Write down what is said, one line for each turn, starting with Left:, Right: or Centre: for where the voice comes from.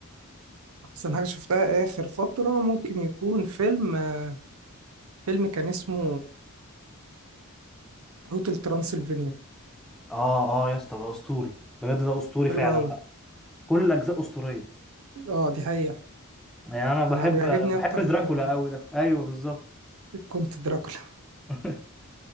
Right: أحسن حاجة شفتها آخر فترة ممكن يكون فيلم آه، فيلم كان اسمه هوتل ترانسلفانيا
Centre: اه اه يا اسطى ده اسطوري بجد ده اسطوري
Right: حلو
Centre: فعلا
Right: أوي
Centre: بقى كل الاجزاء اسطوريه
Right: اه دي حقيقة
Centre: يعني انا بحب
Right: أنا بيعجبني
Centre: بحب
Right: أكتر حاجة
Centre: دراكولا قوي ده ايوه بالظبط
Right: كنت دراكولا
Centre: <laughs>